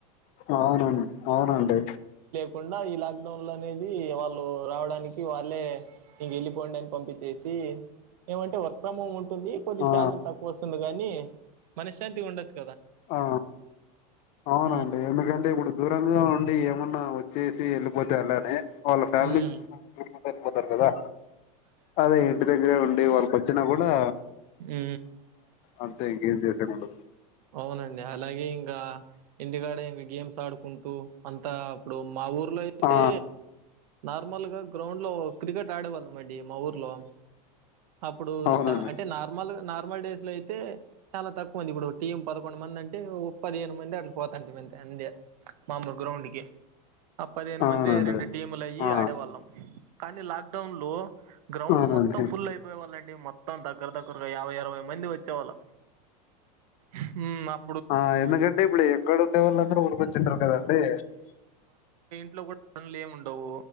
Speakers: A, on the left; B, on the right.
A: అవునను అవునండి
B: కుండా ఈ లాక్డౌన్ లో అనేది వాళ్ళు రావడానికి వాళ్ళే ఇంక వెళ్ళిపోయిడి అని పంపించేసి ఏమంటే వర్క్ ఫ్రమ్ హోమ్ స్తుంది కొంచెం
A: ఆ
B: శాలరీ తక్కువ వస్తుంది గాని మనశ్శాంతిగా ఉండచ్చు
A: ఆ అవునండి
B: హ్మ్.
A: ఎందుకంటే ఇప్పుడు ఇప్పుడు దూరంగా ఉండి ఏమన్నా వచ్చేసి వెళ్ళిపోతే అలానే వాళ్ళ ఫ్యామిలీ
B: హ్మ్.
A: చూ పోతారు కదా అదే ఇంటి దగ్గరే ఉ అంటే వాళ్ళకి వచ్చినా కూడా
B: ఆ
A: అంత ఇంగేం తీస ఉండదు
B: అవునండి అలాగే ఇంకా ఇంటికాడ ఇంకా గేమ్స్ ఆడుకుంటూ అంత అ అప్పుడు మా ఊర్లో అయితే
A: ఆ
B: నార్మల్గా గ్రౌండ్ లో క్రికెట్ ఆడేవాల్లాం అండి మా ఊర్లో అప్పుడు
A: అవునండి
B: చ అంటే నార్మల్ గా నార్ నార్మల్ డేస్ లో అయితే చాలా తక్కువ అండి ఇప్పుడు టీం పదకొండు మంది అంటే పదిహేను మంది అట్లు పోతంటి మంతె అందే మామూలు గ్రౌండ్ కి పదిహేను
A: అవునండి
B: మంది రెండు టీములు అయ్యి
A: ఆ
B: ఆడేవాళ్ళం కానీ లాక్డౌన్ లో గ్రౌండ్
A: అవునండి
B: మొత్తం ఫుల్ అయిపోయే వాళ్ళండి మేం మొత్తం దగ్గర దగ్గరగా యాభై అరవై మంది వచ్చేవాళ్ళు ఊ మాప్
A: ఆ ఎందుకంటే ఇప్పుడు ఎక్కడ ఉండే వాళ్ళందరూ ఊరికొచ్చింటారు కదండి
B: ట్లో గూడ పనులు ఏముండవు